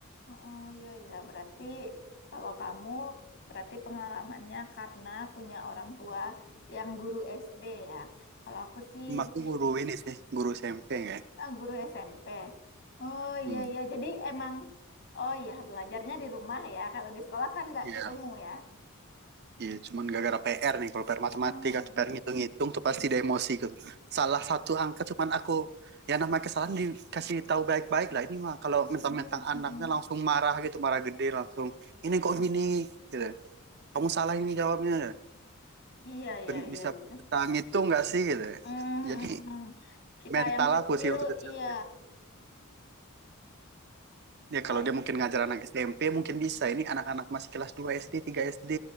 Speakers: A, on the left (about 55°); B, on the right (about 50°).
A: Oh iya ya, berarti kalau kamu berarti pengalamannya karena punya orang tua yang guru SD ya. Kalau aku sih
B: emakku
A: gu-
B: guru ini sih guru SMP kayak
A: ah, guru SMP. Oh
B: hmm.
A: iya iya, jadi emang oh iya belajarnya di rumah ya. Kalau di sekolah kan nggak
B: Iya.
A: ketemu ya.
B: Iya, cuman gara-gara PR nih. Kalau PR matematika
A: Hmm.
B: atau PR ngitung-ngitung tuh pasti ada emosi gitu. Salah satu angka cuman aku ya namanya kesalahan dikasih tahu baik-baik lah. Ini mah kalau mentang-mentang
A: Hmm, mm,
B: anaknya
A: mm.
B: langsung marah gitu, marah gede langsung. Ini kok gini gitu. Kamu salah ini jawabnya.
A: Iya, iya,
B: Ben-
A: iya,
B: Bisa
A: iya.
B: bisa ngitung nggak sih gitu.
A: Hmm, mm,
B: Jadi
A: mm. Kita
B: mental
A: yang kecil,
B: aku sih waktu kecil.
A: iya.
B: Ya kalau
A: Ay-
B: dia mungkin ngajar anak SMP mungkin bisa. Ini anak-anak masih kelas 2 SD, 3 SD,